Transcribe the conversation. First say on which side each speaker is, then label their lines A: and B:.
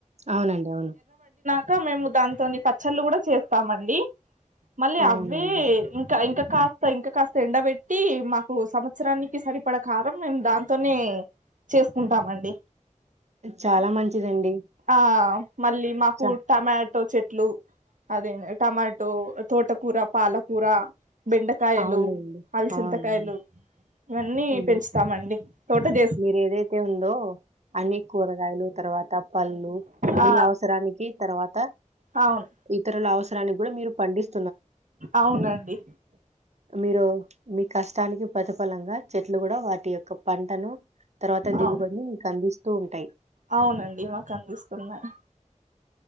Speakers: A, on the right (about 60°); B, on the right (about 75°).
A: అవునండి అవును
B: ఇకా మేము దాంతోని పచ్చళ్ళు కూడా చేస్తామండి మళ్ళీ
A: అవునండి
B: అవే ఇంకా ఇంకా కా ఇంకా కాస్త ఎండబెట్టి మాకు సంవత్సరానికి సరిపడ కారం మేము దాంతోనే చేసుకుంటామండి
A: చాలా మంచిదండి
B: ఆ మళ్ళీ మాకు
A: చ
B: టమాటో చెట్లు అదే టమా తో తోటకూరా పాలకూరా బెండకాయలు
A: అవునండి
B: అలుసింతకాయలు
A: అవునండి
B: ఇవన్నీ
A: ఉమ్.
B: పెంచుతామండి టోటది
A: మీరు ఏదైతే ఉందో అన్ని కూరగాయలు తర్వాత పళ్ళు
B: ఆ
A: మీ అవసరానికి తర్వాత
B: అవును
A: ఇతరుల అవసరానికి కూడా మీరు పండిస్
B: అవునండి
A: మీరు మీ కష్టానికి ప్రతిఫలంగా చెట్లు కూడా వాటి యొక్క పంటను తర్వాత దిగుబడిని
B: అవు
A: మీకు అందిస్తూ ఉంటాయి
B: అవునండి మాకు అందిస్తున్నాయి